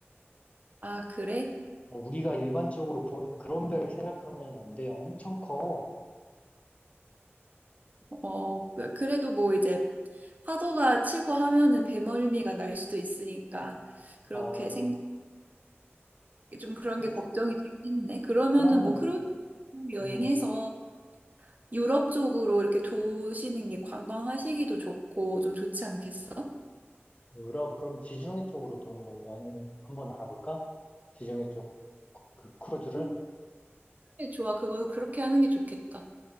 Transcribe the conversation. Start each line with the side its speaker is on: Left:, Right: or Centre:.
Right: 아, 그래?
Left: 뭐 우리가 일반적으로 보는 그런 배를 생각하면 안 돼. 엄청 커.
Right: 어, 그래도 뭐 이제 파도가 치고 하면은 배멀미가 날 수도 있으니까 그렇게
Left: 아,
Right: 생, 좀 그런
Left: 그,
Right: 게 걱정이 되긴 했네. 그러면은
Left: 그러면
Right: 뭐 크루즈 여행해서
Left: 음,
Right: 유럽 쪽으로 이렇게 도시는 게 관광하시기도 좋고 좀 좋지 않겠어?
Left: 유럽, 그럼 지중해 쪽으로 도는 걸로 하는, 한번 알아볼까? 지중해 쪽, 그, 그 크루즈를?
Right: 음, 그래, 좋아. 그거 그렇게 하는 게 좋겠다.